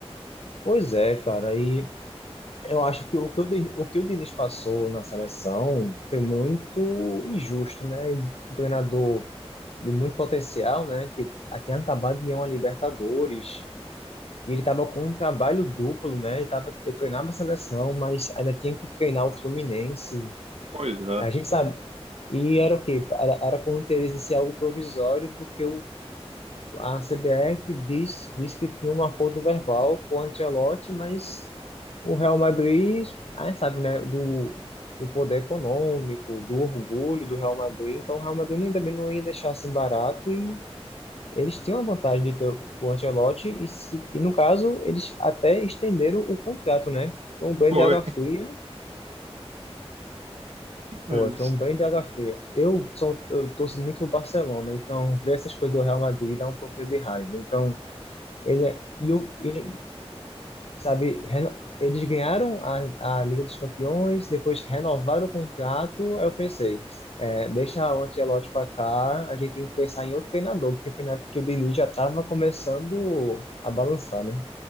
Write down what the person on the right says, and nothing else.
Pois é.
Foi.
<laughs>